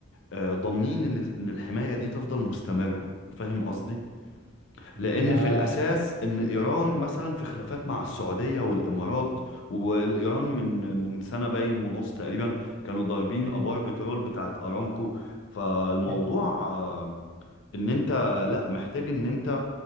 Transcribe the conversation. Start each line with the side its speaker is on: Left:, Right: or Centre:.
Left: آه، ضامنين ان ان الحمايه دي تفضل مستمره فاهم قصدي
Right: ما
Left: لان في الاساس ان ايران مثلا في خلافات مع السعوديه والامارات والايران من من سنه باين ونص تقريبا كانوا ضاربين
Right: مم.
Left: ابار بترول بتاعت ارامكو فالموضوع
Right: مم.
Left: آه، ان انت لا محتاج ان انت